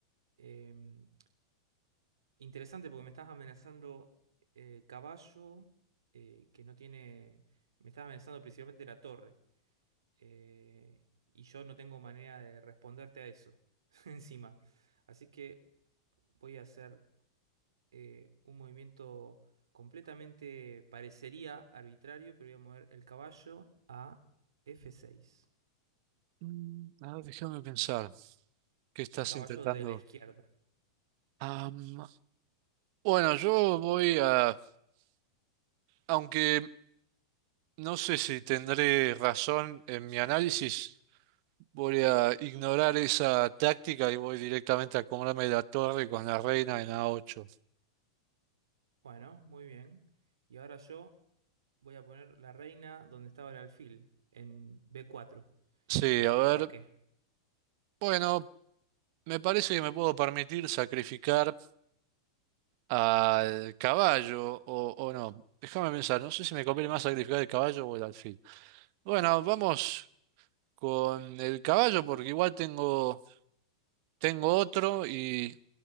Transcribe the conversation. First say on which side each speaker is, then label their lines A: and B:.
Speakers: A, on the right; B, on the right.
A: em, interesante porque me estás amenazando eh, caballo eh, que no tiene... Me estás amenazando principalmente la torre. eh, y yo no tengo manera de responderte a eso <laughs> encima. Así que voy a hacer eh, un movimiento completamente parecería arbitrario, pero voy a mover el caballo a F6,
B: Mm, a ver, déjame pensar. ¿Qué estás
A: el caballo
B: intentando?
A: de la izquierda.
B: Am, bueno, yo voy a... Aunque no sé si tendré razón en mi análisis. Voy a ignorar esa táctica y voy directamente a comerme la torre con la reina en A8.
A: Bueno, muy bien. Y ahora yo voy a poner la reina donde estaba el alfil, en B4,
B: Sí,
A: y haciendo
B: a ver.
A: jaque.
B: Bueno, me parece que me puedo permitir sacrificar al caballo o, o no. Déjame pensar, no sé si me conviene más sacrificar el caballo o el alfil. Bueno, vamos con el caballo porque igual tengo, tengo otro y